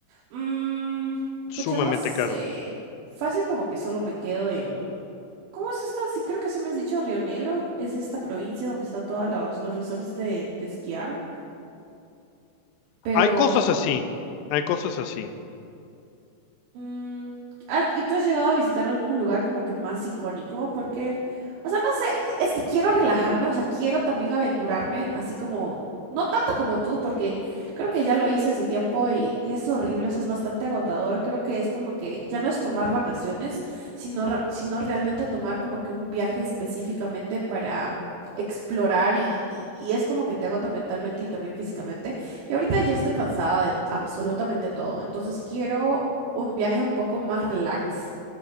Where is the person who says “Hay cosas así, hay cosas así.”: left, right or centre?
Left